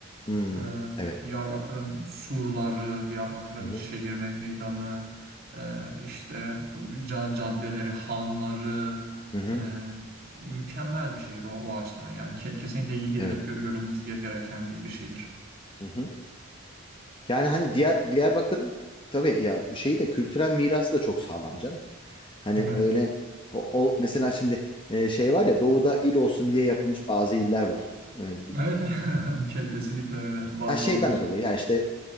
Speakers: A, on the left; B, on the right.
A: Hmm,
B: Ee,
A: evet.
B: Diyarbakır'ın surları, Diyarbakır'ın
A: Hı hı.
B: şehir me- meydanı, e, işte ca- caddeleri, hanları,
A: Hı hı.
B: e, mükemmel bir şehir o, o açıdan. Yani ke- kesinlikle gidilip
A: Evet.
B: gö- görülmesi ge- gereken bir, bir şehir.
A: Hı hı. Yani hani diğer Diyarbakır tabii ya şeyi de kültürel mirası da çok sağlam canım. Hani
B: Evet.
A: öyle o, o- mesela şimdi e, şey var ya doğuda il olsun diye yapılmış bazı iller var. E, bir-
B: Evet. <laughs> Ke- Kesinlikle öyle. Var
A: ha, şeyden
B: bazı şeyler.
A: dolayı ya işte